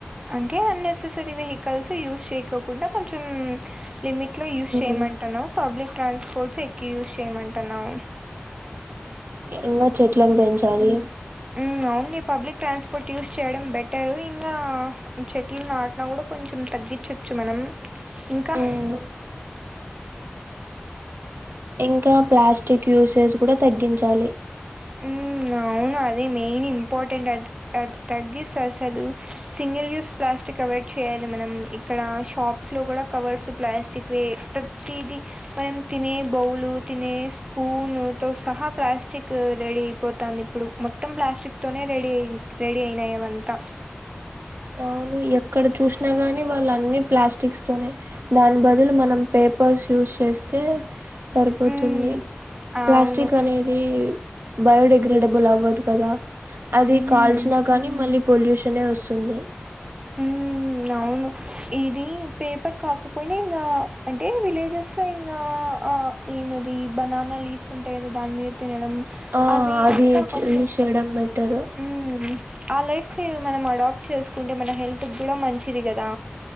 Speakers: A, on the right (about 25°); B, on the right (about 65°).
A: అంటే అన్నెసెసరీ వెహికల్స్ యూస్ చేయకుండా కొంచెం లిమిట్ లో యూజ్ చేయమంటున్నావు
B: ఉమ్
A: పబ్లిక్ ట్రాన్స్పోర్ట్ స్పోర్ట్స్ ఎక్కువ యూజ్ చేయమంటున్నావ
B: ఏ ఇంగా చెట్లను బెంచాలి
A: మ్మ్, అవును పబ్లిక్ ట్రాన్స్పోర్ట్ యూస్ చేయడం బెటరు ఇంగా చెట్లను నాటిన కూడా కొంచం తగ్గించచ్చు మనం ఇంకా
B: మ్ ఇంకా ప్లాస్టిక్ యూసేస్ కూడా తగ్గించాలి
A: హు అవును అదే మెయిన్ ఇంపార్టెంట్. అద అది తగ్గిససాలు సింగిల్ యూస్ ప్లాస్టిక్ అవాయిడ్ చేయాలి. మనం ఇక్కడ షాప్స్ లో కూడా కవర్స్ ప్లాస్టిక్వి ప్రతిది. మనం తినే బౌలు, తినే స్పూన్ తో సహా ప్లాస్టిక్. కో రెడీ అయిపోతాంది ఇప్పుడు మొత్తం ప్లాస్టిక్ తోనే రెడీ అయి రెడీ అయినాయివంతా
B: అవును ఎక్కడ చూష్ణ గాని వాళ్ళ అనిమ్ ప్లాస్టిక్స్ తోనే దాని బదులు మనం పేపర్స్ యూస్ చేస్తే తరిపోతుంది
A: హ్మ్.
B: ప్లాస్టిక్
A: అవును.
B: అనేదీ బయోడేగ్రేడిబుల్ అవ్వదు కదా అది
A: హ్మ్.
B: కాల్చినా గాని మళ్ళీ పొల్యూష్ నే వసుంది
A: హ్మ్. అవును ఇది పేపర్ కాకపోయినా ఇంగా అంటే విలేజెస్లో ఇంగా ఆ ఈనాది బనాన్న లీవ్స్ ఉంటాయి కదా దాని మీద తినడం
B: ఆ
A: అవి
B: అది
A: అంతా కొంచం
B: యూజ్ చేయడం బెటరు
A: హు ఆ లైఫ్యూ మనం అడాప్ట్ చేస్కున్ ఎమన్నా హెల్త్ కూడా మంచిది కదా